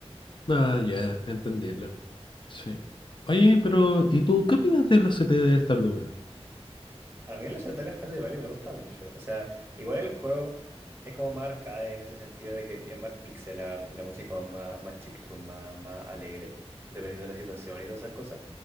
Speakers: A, on the left; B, on the right.
A: ah, ya, entendible, sí. Oye, pero, ¿y tú qué opinas de los C T de Stardew Valley?
B: A mí la ciudad del Stardew Valley me gusta mucho. O sea, igual el juego es como más arcade en ese sentido de que es más pixel art, la música es más, más chiptune, más, más alegre, dependiendo de la situación y todas esas cosas.